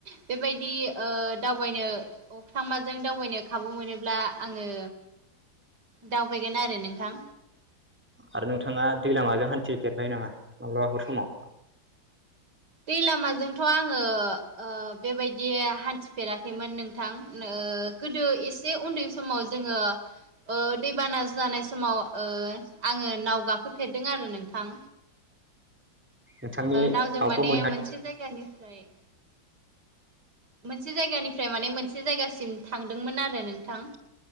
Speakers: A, on the right (about 60°); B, in the centre.
A: बेबायदि ओ दावबायनो अख्रां माजों दावबायनो खाबु मोनोब्ला आंङो दावबायगोन आरो नोंथां।
B: आरो नोंथाङा दैलामाजों हान्थिफेरबाय नामा माब्लाबाफोर समाव?
A: दै लामाजोंथ' आंङो ओ बेबायदि हान्थिफेराखैमोन नोंथां नो ओ गोदो एसे उन्दै समाव जोङो ओ दैबाना जानाय समाव आंङो नाव गाखोफेरदों आरो नोंथां।
B: नोंथांनि
A: नावजों
B: माबाखौ
A: माने
B: मोनहा
A: मोनसे जायगानिफ्राय मोनसे जायगानिफ्राय माने मोनसे जायगासिम थांदोंमोन आरो नोंथां।